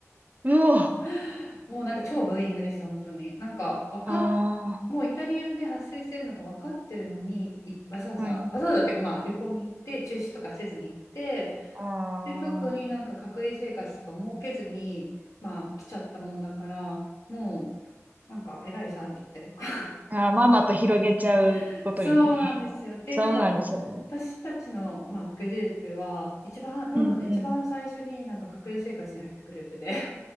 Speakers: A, on the right; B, on the left.
A: うわ、
B: <laughs> もうなんか超ブーイングでした、本当に。なんか、わかっ
A: あ
B: もうイタリアで発生してるのが分かってるのに、いわざわざ、
A: あ、はい。
B: わざわざっていうか、まあ、旅行に行って、中止とかせずに行って、
A: あー
B: で、特になんか隔離生活とか設けずに、まあ、来ちゃったもんだから、もう、なんかえらい騒ぎっていうか
A: あー、ママと広げちゃうことに。
B: <laughs> そうなんですよでなんか
A: <laughs> そうなんですね。
B: 私たちの、まあ、グループは一番ロンドンで一番最初になんか隔離生活に入ったグループで
A: うんうん。